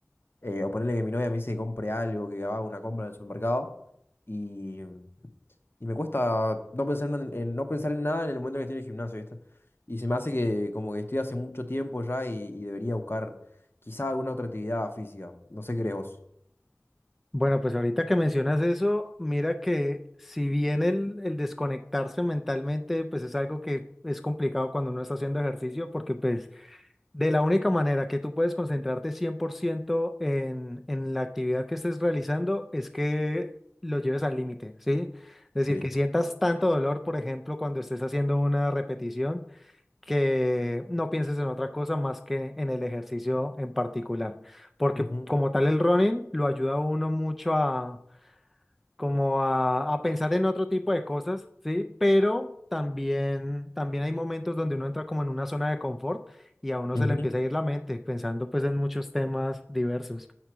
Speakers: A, on the left (about 45°); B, in the centre.
A: Eh, o ponerle que mi novia me dice que compre algo, que haga una compra en el supermercado. Y, y me cuesta no pensar en, en- no pensar en nada en el momento que estoy en el gimnasio, ¿viste? Y se me hace que como que estoy hace mucho tiempo ya y, y debería buscar quizá alguna otra actividad física. No sé qué crees vos.
B: Bueno, pues ahorita que mencionas eso, mira que si bien el, el desconectarse mentalmente, pues es algo que es complicado cuando uno está haciendo ejercicio, porque pues De la única manera que tú puedes concentrarte 100% en, en la actividad que estés realizando es que lo lleves al límite, ¿sí? Es
A: Sí.
B: decir, que sientas tanto dolor, por ejemplo, cuando estés haciendo una repetición, que no pienses en otra cosa más que en el ejercicio en particular. Porque
A: Ujú,
B: como tal el running lo ayuda a uno mucho a como a, a pensar en otro tipo de cosas, ¿sí? Pero también, también hay momentos donde uno entra como en una zona de confort y a uno
A: ujú.
B: se le empieza a ir la mente pensando pues en muchos temas diversos.